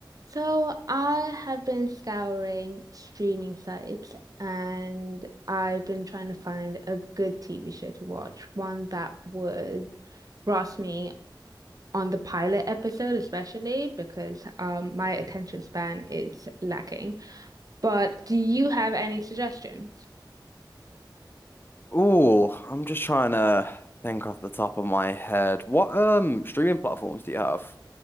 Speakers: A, on the right; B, on the left.
A: So I have been scouring streaming sites and I've been trying to find a good TV show to watch, one that would grasp me on the pilot episode especially because um my attention span is lacking. But do you have any suggestions?
B: Ooh, I'm just trying to think off the top of my head. What um streaming platforms do you have?